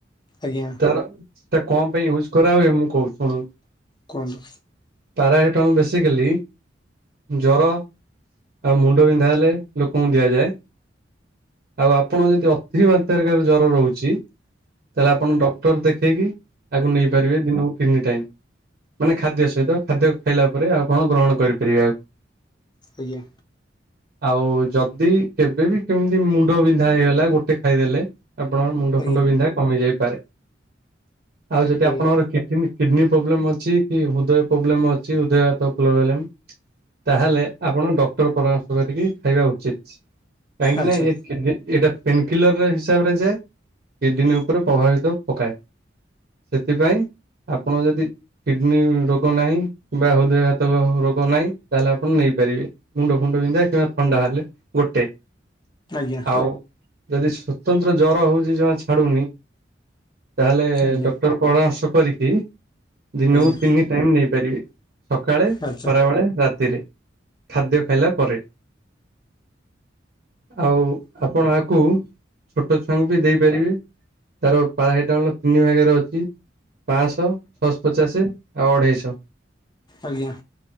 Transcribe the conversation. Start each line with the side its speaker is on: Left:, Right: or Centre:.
Left: ଆଜ୍ଞା।
Right: ତାର ସେଟା କଣ ପାଇଁ ୟୁଜ୍ କରା ହଏ ମୁଁ କୋହୁଚି ଶୁଣନ୍ତୁ।
Left: କୁହନ୍ତୁ?
Right: ପାରାସିଟମ୍ ବେସିକାଲି ଜର ଆଉ ମୁଣ୍ଡ ବିନ୍ଧା ହେଲେ ଲୋକଙ୍କୁ ଦିଆଯାଏ। ଆଉ ଆପଣ ଯଦି ଅତି ମାତ୍ରାରେ କାହାକୁ ଜର ରୋହୁଚି ତାହେଲେ ଆପଣ ଡକ୍ଟର ଦେଖେଇକି ଆକୁ ନେଇ ପାରିବେ ଦିନକୁ ତିନି ଟାଇମ୍। ମାନେ ଖାଦ୍ୟ ସହିତ ଖାଦ୍ୟ ଖାଇଲା ପରେ ଆପଣ ଗ୍ରହଣ କରିପାରିବେ ଆକୁ।
Left: ଆଜ୍ଞା।
Right: ଆଉ ଯଦି କେବେ ବି କେମିତି ମୁଣ୍ଡ ବିନ୍ଧା ହେଇଗଲା ଗୋଟେ ଖାଇଦେଲେ। ଆପଣଙ୍କ ମୁଣ୍ଡ
Left: ଆଜ୍ଞା
Right: ଫୁଣ୍ଡ ବିନ୍ଧା କମି ଯାଇପାରେ। ଆଉ ଯଦି
Left: ଆଜ୍ଞା
Right: ଆପଣଙ୍କର କେ ମିତି କିଡ଼ନୀ ପ୍ରୋବ୍ଲେମ୍ ଅଛି କି ହୃଦୟ ପ୍ରୋବ୍ଲେମ୍ ଅଛି ହୃଦୟ ହାତ ପ୍ରୋବେଲେମ୍ ତାହେଲେ ଆପଣ ଡକ୍ଟର ପରାମର୍ଶ କରିକି ଖାଇବା ଉଚିତ୍। କାହିଁକି
Left: ଆଚ୍ଛା
Right: ନା ଇଏ କିନଡି ଏଇଟା ପେନକିଲରରେ ହିସାବରେ ଯାଏ କିଡ଼ନୀ ଉପରେ ପ୍ରଭାବିତ ପକାଏ। ସେଥିପାଇଁ ଆପଣ ଯଦି କିଡ଼ନୀ ରୋଗ ନାହିଁ ବା ହୃଦୟଘାତକ ରୋଗ ନାହିଁ ତାହେଲେ ଆପଣ ନେଇପାରିବେ। ମୁଣ୍ଡ ଫୁଣ୍ଡ ବିନ୍ଧା କିମ୍ବା ଥଣ୍ଡା ହେଲେ ଗୋଟେ।
Left: ଆଜ୍ଞା
Right: ଆଉ ଯଦି ସ୍ଵତନ୍ତ୍ର ଜର ହୋଉଚି ଜମା ଛାଡୁନି ତାହେଲେ
Left: ଆଜ୍ଞା
Right: ଡକ୍ଟର ପରାମର୍ଶ କରିକି ଦିନକୁ
Left: ଆଜ୍ଞା
Right: ତିନି ଟାଇମ୍ ନେଇପାରିବେ ସକାଳେ
Left: ଆଚ୍ଛା
Right: ଖରାବେଳେ ରାତିରେ। ଖାଦ୍ୟ ଖାଇଲା ପରେ। ଆଉ ଆପଣ ଆକୁ ଛୋଟ ଛୁଆଙ୍କୁ ବି ଦେଇପାରିବେ। ତାର ପାରାସିଟାମଲ୍ ର ତିନି ଭାଗରେ ଅଛି। ପଂଶ, ଛଅଶପଚାଶେ ଆଉ ଅଢେଇଶ।
Left: ଆଜ୍ଞା।